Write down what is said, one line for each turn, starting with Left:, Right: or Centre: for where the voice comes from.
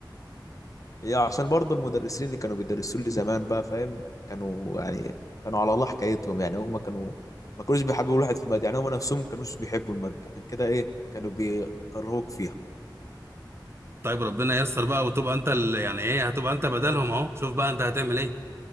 Left: هي عشان برضه المدرسين اللي كانوا بيدرسوا لي زمان بقى فاهم كانوا يعني كانوا على الله حكايتهم يعني هم كانوا ما كانوش بيحبوا الواحد في المادة يعني هم نفسهم ما كانوش بيحبوا المادة عشان كده ايه كانوا بيكرهوك فيها
Right: طيب ربنا ييسر بقى وتبقى انت ال... يعني ايه هتبقى انت بدلهم اهو شوف بقى انت هتعمل ايه